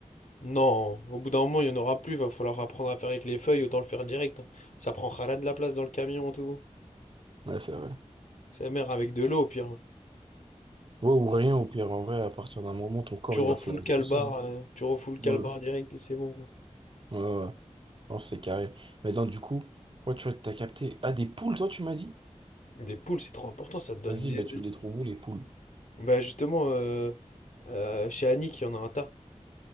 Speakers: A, on the left; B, on the right.
A: Non, au bout d'un moment, il n'y en aura plus, va falloir apprendre à faire avec les feuilles, autant le faire direct. Ça prendra de la place dans le camion, tout.
B: Ouais, c'est vrai.
A: Sa mère avec de l'eau, au pire.
B: Ouais, ou rien, au pire, en vrai, à partir d'un moment, ton corps,
A: Tu refoules
B: il va se laver
A: le calbar,
B: tout seul. hein.
A: euh, tu refoules le calbar
B: Ouais,
A: direct et c'est bon, quoi.
B: ouais, ouais. ouais. Non, c'est carré. Mais non, du coup, ouais, tu vois, t'as capté. Ah, des poules, toi, tu m'as dit?
A: Des poules, c'est trop important, ça te donne
B: Vas-y,
A: des
B: bah, tu
A: œufs.
B: les trouves où, les poules?
A: Bah justement, euh, euh, chez Annick, il y en a un tas.